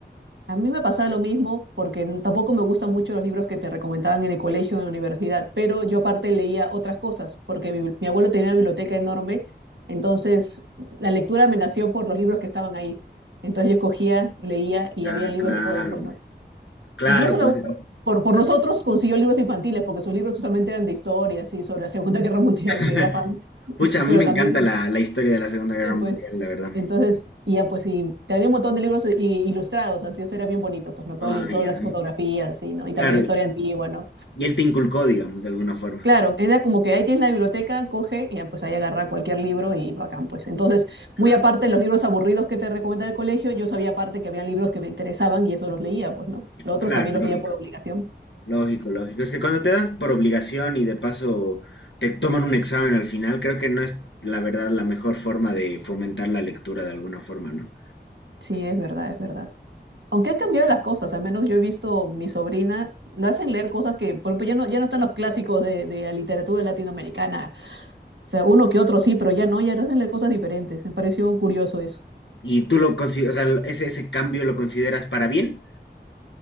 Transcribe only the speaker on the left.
Ah,
claro,
claro,
Bueno,
pues.
<laughs>
Pucha, a mí
me
encanta la, la historia de la Segunda Guerra
Mundial,
la verdad.
Ah,
ya,
claro.
Y él te inculcó, digamos, de alguna forma.
Claro,
claro,
lógico,
lógico, lógico. Es que cuando te das por obligación y de paso te toman un examen al final, creo que no es la verdad la mejor forma de fomentar la lectura de alguna forma, ¿no?
Y tú lo consideras, o sea, ese, ese cambio lo consideras para bien,